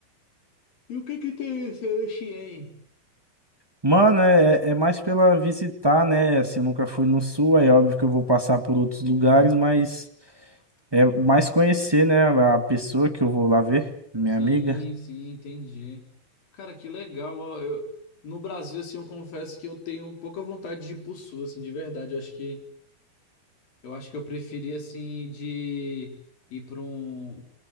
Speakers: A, on the left; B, on the right.
A: E o que que tem esse Erechim aí?
B: Mano, é, é mais pela visitar, né? Assim, eu nunca fui no sul, é óbvio que eu vou passar por outros lugares, mas é mais conhecer, né, a pessoa que eu vou lá ver, minha
A: Sim,
B: amiga.
A: sim, entendi. Cara, que legal, ó. Eu, no Brasil, assim, eu confesso que eu tenho pouca vontade de ir pro sul, assim, de verdade. Eu acho que Eu acho que eu preferi assim de ir para um,